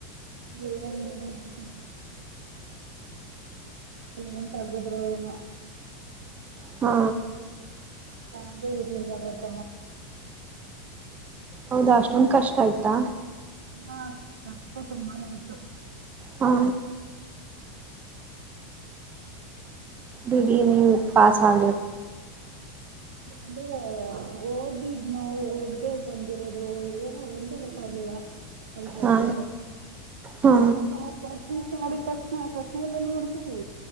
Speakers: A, on the right; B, on the right.
A: ಏನುಕಿಲ್ಲ ನ್ ತಗದ್್ರರು ಏನೋ
B: ಹ್ಮ
A: ಹಾ <unintelligible> ಎಲ್ಲ ಕೊತ
B: ಹೌದಾ ಅಷ್ಟೊಂದ ಕಷ್ಟ ಆಯ್ತಾ
A: ಹಾ ಕಷ್ಟ ತುಂಬಾನೇ ಇತ್ತು
B: ಹ್ಮ ಬಿಡಿ ನೀವು ಪಾಸ ಆಗ
A: ಅಂದ್ರೆ ಓದಿದ್ ನಾವು ಓದ್ದೇ ಬಂದಿರೋದು ಏನೋ ಒಂದು ಗೊತ್ತಾಗಲಿಲ್ಲ <unintelligible>
B: ಹಾ ಹಾ
A: ನಾವ್ ಪ್ರಶ್ನೆ ಎಲ್ಲ ನೋಡ್ತೀವಿ